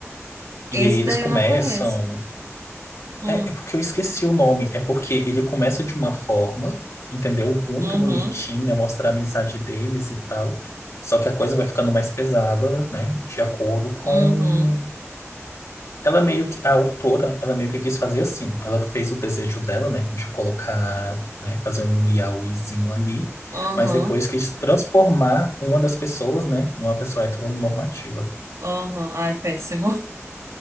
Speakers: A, on the right (about 80°); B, on the left (about 75°).
A: Esse
B: E aí eles
A: daí
B: começam.
A: eu não conheço. Hum,
B: É, é porque eu esqueci o nome. É porque ele começa de uma forma, entendeu? Muito
A: uhum,
B: bonitinha, mostra a amizade deles e tal. Só que a coisa vai ficando mais pesada, né? De acordo com
A: uhum,
B: Ela é meio que, a autora, ela meio que quis fazer assim. Ela fez o desejo dela, né, de colocar, né, fazer um yaoizinho ali,
A: uhum,
B: mas depois quis transformar uma das pessoas, né, numa pessoa heteronormativa.
A: uhum. Ai, péssimo.